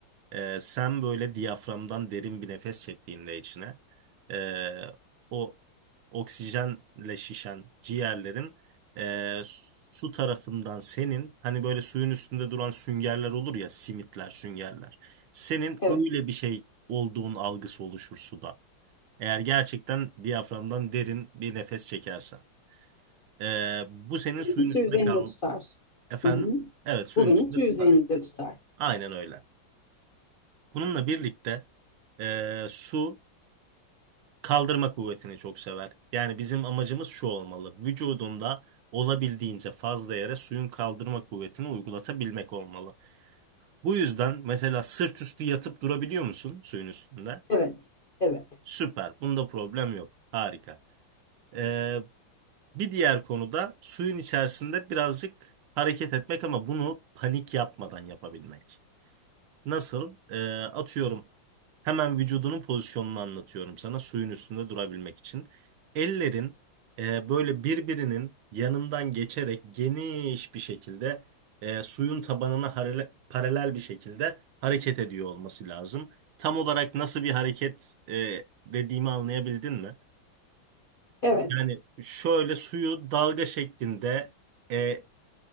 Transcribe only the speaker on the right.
Ee, sen böyle diyaframdan derin bir nefes çektiğinde içine ee, o oksijenle şişen ciğerlerin ee, su tarafından senin hani böyle suyun üstünde duran süngerler olur ya simitler süngerler. Senin
öyle bir şey olduğun algısı oluşur suda. Eğer gerçekten diyaframdan derin bir nefes çekersen. Ee, bu senin
suyun üstünde
kal
efendim.
Evet suyun
üstünde
tutar.
Aynen öyle. Bununla birlikte e, su Kaldırma kuvvetini çok sever. Yani bizim amacımız şu olmalı. Vücudunda olabildiğince fazla yere suyun kaldırma kuvvetini uygulatabilmek olmalı. Bu yüzden mesela sırt üstü yatıp durabiliyor musun suyun üstünde?
Süper. Bunda problem yok. Harika. Ee, bir diğer konu da suyun içerisinde birazcık hareket etmek ama bunu panik yapmadan yapabilmek. Nasıl? Ee, atıyorum hemen vücudunun pozisyonunu anlatıyorum sana suyun üstünde durabilmek için. Ellerin e, böyle birbirinin yanından geçerek geniş bir şekilde e, suyun tabanına harele- paralel bir şekilde hareket ediyor olması lazım. Tam olarak nasıl bir hareket e, dediğimi anlayabildin mi?
Yani şöyle suyu dalga şeklinde e,